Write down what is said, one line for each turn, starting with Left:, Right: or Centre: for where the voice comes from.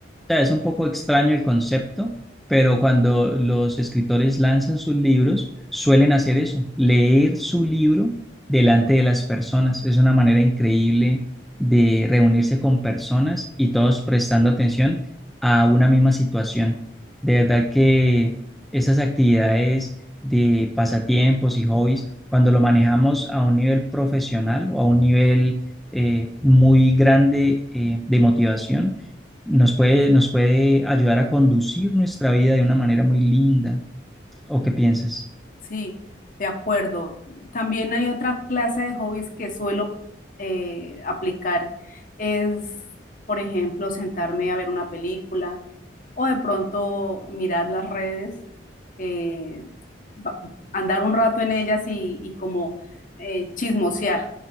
Centre: sea, es un poco extraño el concepto, pero cuando los escritores lanzan sus libros, suelen hacer eso, leer su libro delante de las personas. Es una manera increíble de reunirse con personas y todos prestando atención a una misma situación. De verdad que esas actividades de pasatiempos y hobbies, cuando lo manejamos a un nivel profesional o a un nivel eh, muy grande eh, de motivación, nos puede, nos puede ayudar a conducir nuestra vida de una manera muy linda. ¿O qué piensas?
Left: Sí, de acuerdo. También hay otra clase de hobbies que suelo eh, aplicar. Es, por ejemplo, sentarme a ver una película o de pronto mirar las redes, eh, ba- andar un rato en ellas y, y como eh, chismosear